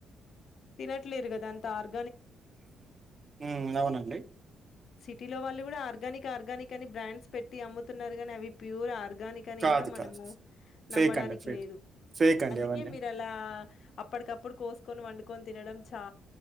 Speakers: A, on the left; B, on the right.
A: తినట్లేరు కదంతా ఆర్
B: హమ్ అవునండి
A: సిటీలో వాళ్ళు గుడా ఆర్గానిక్ ఆర్గానిక్ అని బ్రాండ్స్ పెట్టి అమ్ముతున్నారుగాని అవి ప్యూర్ ఆర్గానిక్ అని
B: కాదు
A: కూడా మనము
B: కాదు
A: నమ్మడానికి
B: ఫేక్ అండి ఫేక్
A: లేదు
B: ఫేక్ అండి
A: అందుకే
B: అవన్నీ
A: మీరు అలా అప్పడికప్పుడు కోసుకొని వండుకొని తినడం చా